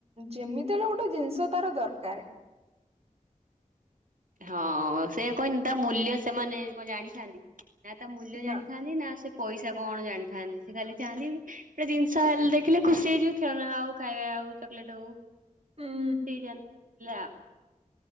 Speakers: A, on the right (about 50°); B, on the right (about 75°).
A: ଯେମିତି ହେଲେ ଗୋଟେ ଜିନିଷ ତାର ଦରକାର।
B: ହଁ ସେୟା କହିନି ତା ମୂଲ୍ୟ ସେମାନେ କଣ ଜାଣିଥାନ୍ତି। ନା ତା ମୂଲ୍ୟ ଜାଣିଥାନ୍ତି
A: ନା
B: ନା ସେ ପଇସା କଣ ଜାଣିଥାନ୍ତି ସେ ଖାଲି ଚାହାନ୍ତି‌। ଗୋଟେ ଜିନିଷ ହେଲେ ଦେଖିଲେ ଖୁସି ହେଇଯିବେ ଖେଳହଉ, ଖାଇବା ଆଉ, ଚକଲେଟ ହଉ।
A: ହୁଁ
B: ଖୁସି ହେଇଯାଆନ୍ତି ପିଲା ଆଉ।